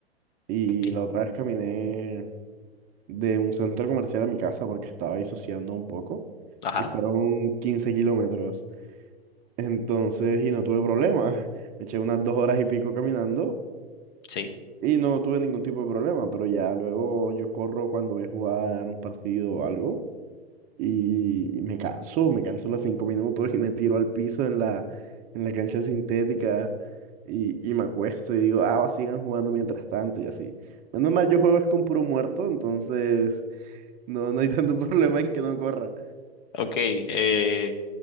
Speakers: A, on the right; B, on the left.
A: y
B: Sí,
A: la otra vez caminé. de un centro comercial a mi casa porque estaba disociando un poco
B: ajá,
A: y fueron 15 kilómetros. Entonces, y no tuve problemas. <laughs> Me eché unas dos horas y pico caminando
B: sí.
A: y no tuve ningún tipo de problema, pero ya luego yo corro cuando voy a jugar un partido o algo y me canso, me canso los cinco minutos y me tiro al piso en la, en la cancha sintética. Y, y me acuesto y digo, ah, sigan jugando mientras tanto y así. Menos mal, yo juego es con puro muerto, entonces no, no hay tanto <laughs> problema en que no corra.
B: Ok, eh,